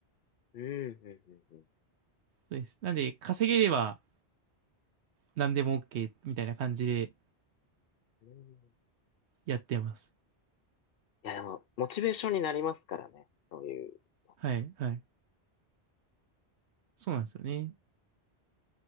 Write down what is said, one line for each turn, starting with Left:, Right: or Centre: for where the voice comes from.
Left: うん、うん、うん、
Right: そうです。なんで、稼げれば何でも OK みたいな感じで
Left: うん。うん
Right: やってます。
Left: いや、でも、モチベーションになりますからね。そういうの
Right: はい、はい。そうなんですよね。